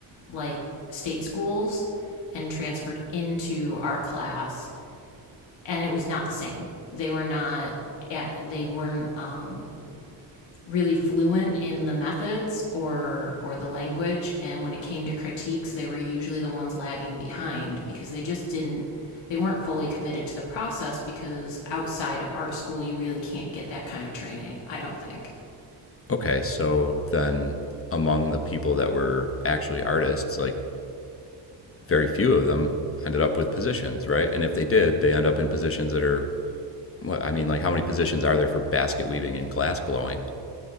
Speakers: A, on the left; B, on the left.
A: like state schools, and transferred into our class and it was not the same. They were not eh, they weren't um, really fluent in the methods or or the language and when it came to critiques they were usually the ones lagging behind because they just didn't they weren't fully committed to the process because outside of art school you really can't get that kind of training i don't think
B: Okay, so then among the people that were actually artists, like very few of them ended up with positions, right? And if they did, they end up in positions that are, well, I mean, like how many positions are there for basket weaving and glass blowing?